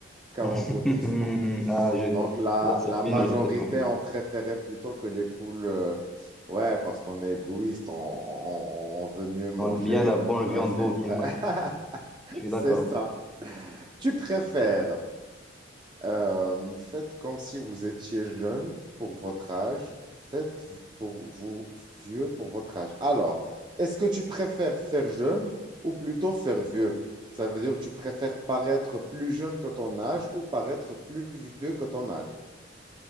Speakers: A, on the right; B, in the centre.
A: quarante-deux
B: <laughs>
A: pour cent.
B: Ah, je...
A: Donc, la,
B: Là, c'est
A: la
B: la minorité,
A: majorité,
B: oui.
A: on préférait plutôt que les poules. euh, ouais, parce qu'on est égoïste, on, on- on veut mieux manger
B: On aime bien la
A: euh,
B: bonne
A: bœuf.
B: viande bovine,
A: et- <laughs>
B: ouais. Je suis
A: C'est
B: d'accord.
A: ça. Tu préfères, euh, faites comme si vous étiez jeune pour votre âge, faites pour vous vieux pour votre âge. Alors, est-ce que tu préfères faire jeune ou plutôt faire vieux? Ça veut dire que tu préfères paraître plus jeune que ton âge ou paraître plus vieux que ton âge?